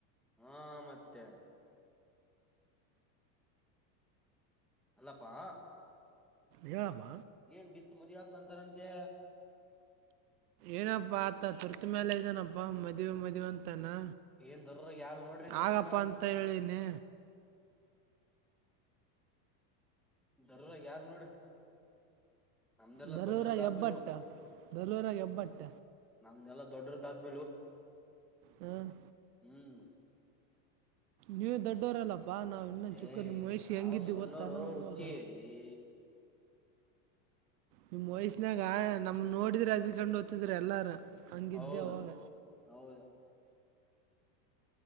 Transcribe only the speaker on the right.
ಹೇಳಪ್ಪ
ಏನಪ್ಪಾ ಆತ ತುರ್ತ ಮೇಲ ಇದನಪ್ಪಾ ಮದುವೆ ಮದುವೆ ಅಂ ತನಾ
ಆಗಪ್ಪಾ ಅಂತ ಹೇಳಿನಿ
ದರೂರಾಗ
ಹೆಬ್ಬಟ್ಟ ದರೂರಾಗ ಹೆಬ್ಬಟ್ಟ
ಹ್ಮ
ನೀವ್ ದೊಡ್ಡೋರೆಲ್ಲ ಬಾ ನಾವ್ ಇನ್ನೊಂದು ಚುಕ್ಕ
ನಿಮ್ಮ ಮಹಷಿ
ಹೆಂಗಿದ್ದು
ಗೊತ್ತ ನ
ಹಾಗ
ನಿಮ್ ವಯ್ಸಿನಾಗ ನಮಮ್ಮ ನೋಡಿದ್ರೆ ಎದರ್ಕೊಂಡ್ ಹೋಗ್ದ್ತಿದ್ರ ಎಲ್ಲಾರ ಹಂಗಿದ್ದೆ
ಅವಾಗ